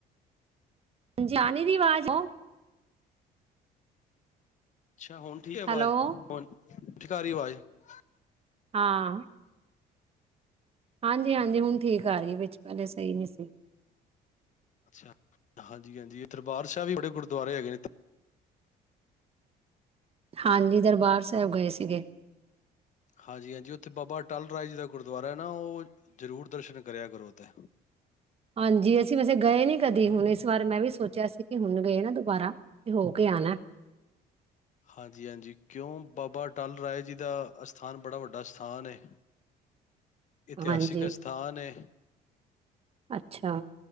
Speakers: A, on the right; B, on the left.
A: ਜਾਨੀ ਦੀ ਆਵਾਜ਼ ਅੋ
B: ਅੱਛਾ ਹੁਣ ਠੀਕ ਹੈ ਆਵਾਜ਼,
A: ਹੈਲੋ
B: ਹੁਣ। ਠੀਕ ਆ ਰਹੀ ਹੈ ਆਵਾਜ਼, ਬੁਆ
A: ਹਾਂ। ਹਾਂਜੀ- ਹਾਂਜੀ ਹੁਣ ਠੀਕ ਆ ਰਹੀ ਹੈ, ਵਿੱਚ ਪਹਿਲੇ ਸਹੀ ਨੀ ਸੀ।
B: ਅੱਛਾ, ਹਾਂਜੀ-ਹਾਂਜੀ ਦਰਬਾਰ ਸਾਾਹਿਬ ਵੀ ਬੜੇ ਗੁਰਦੁਆਰੇ ਹੈਗੇ ਨੇ ਏਥੇ
A: ਹਾਂਜੀ, ਦਰਬਾਰ ਸਾਹਿਬ ਗਏ ਸੀਗੇ।
B: ਹਾਂਜੀ- ਹਾਂਜੀ ਉੱਥੇ ਬਾਬਾ ਅਟਲ ਰਾਏ ਜੀ ਦਾ ਗੁਰਦੁਆਰਾ ਹੈ ਨਾ, ਉਹ ਜ਼ਰੂਰ ਦਰਸ਼ਨ ਕਰਿਆ ਕਰੋ ਉਥੇ।
A: ਹਾਂਜੀ, ਅਸੀਂ ਵੈਸੇ ਗਏ ਨੀ ਕਦੀ ਹੁਣ ਇਸ ਵਾਰ ਮੈਂ ਵੀ ਸੋਚਿਆ ਸੀ ਕਿ ਹੁਣ ਗਏ ਨਾ ਦੁਬਾਰਾ ਤੇ ਹੋ ਕੇ ਆਣਾ
B: ਹਾਂਜੀ-ਹਾਂਜੀ ਕਿਉਂ ਬਾਬਾ ਅਟਲ ਰਾਏ ਜੀ ਦਾ ਅਸਥਾਨ ਬੜਾ ਵੱਡਾ ਅਸਥਾਨ ਏ। ਇਤਿਹਾਸਿਕ
A: ਹਾਂਜੀ
B: ਅਸਥਾਨ ਹੈ।
A: ਅੱਛਾ